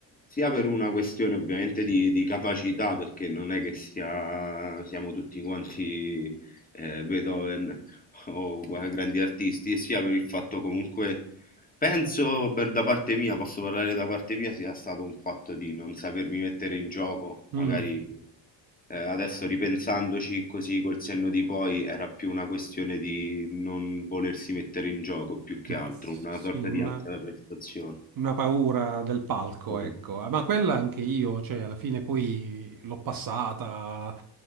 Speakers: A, on the left (about 15°); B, on the right (about 45°).
A: sia per una questione ovviamente di, di capacità, perché non è che sia- siamo tutti quanti eh, Beethoven o gua- grandi artisti, e sia per il fatto comunque, penso per da parte mia, posso parlare da parte mia, sia stato un fatto di non sapermi mettere in gioco,
B: mm,
A: magari eh, adesso ripensandoci così col senno di poi, era più una questione di non volersi mettere in gioco più che altro,
B: sì,
A: una sorta
B: una...
A: di ansia da prestazione.
B: Una paura del palco,
A: Così.
B: ecco. Ah, Ma quella anche io, cioè, alla fine poi l'ho passata